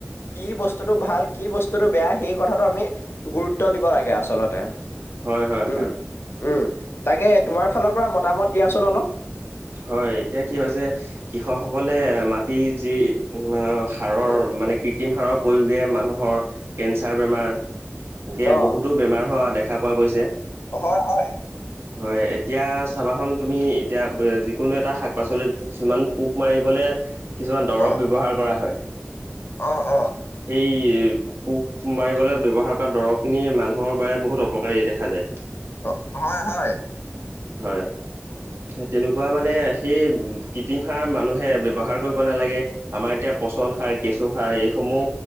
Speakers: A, on the left; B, on the right.
A: কি বস্তুটো ভাল কি বস্তুটো বেয়া সেই কথাটো আমি গুৰুত্ব দিব লাগে আচলতে
B: হয় হয়
A: উম
B: হয়
A: উম তাকে তোমাৰ ফালৰ পৰা মতামত দিয়াচোন অলপ
B: হয় এতিয়া কি হৈছে কৃষক সকলে মাটি যি আ সাৰৰ
A: উম
B: মানে কৃত্ৰিম সাৰৰ প্ৰয়োগে মানুহৰ কেঞ্চাৰ বেমাৰ এনকে
A: অ
B: বহুতো বেমাৰ হোৱা দেখা পোৱা গৈছে
A: হয় হয়
B: হয় এতিয়া চাবাখন তুমি এতিয়া বে যিকোনো এটা শাক পাচলিত কিছুমান পোক মাৰিবলে কিছুমান দৰব
A: অ
B: ব্যবহাৰ কৰা হয়
A: অ অ
B: সেই পোক মাৰিবলৈ ব্যৱহাৰ কৰা দৰৱ খিনি মানুহৰ বাবে বহুত অপকাৰী দেখা যায়
A: অ হয় হয়
B: হয়
A: উম,
B: এ তেনেকুৱা মানেহ সেই কৃত্ৰিম সাৰ মানুহে ব্যবহাৰ কৰিব নালাগে আমাৰ এতিয়া পচন সাৰ কেচ এইসমূহ